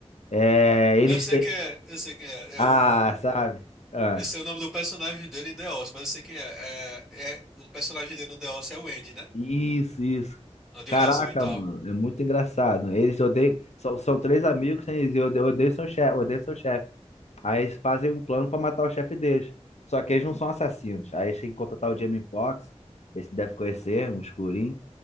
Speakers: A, on the left; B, in the centre.
A: É... Eles...
B: Eu sei
A: é,
B: quem é, eu sei quem é.
A: Ah,
B: É o.
A: sabe? Ah.
B: Eu sei o nome do personagem dele em The Office, mas eu sei quem é. É, é... O personagem dele no The Office é o Andy, né?
A: Isso, isso.
B: O de
A: Caraca,
B: olho azul e tal.
A: mano, é muito engraçado. Eles odeiam. São, são três amigos, né? Eles odeiam, odeiam seu chefe, odeiam seu chefe. Aí eles fazem um plano pra matar o chefe deles. Só que eles não são assassinos. Aí eles têm que contratar o Jamie Foxx. Esse deve conhecer, um escurinho.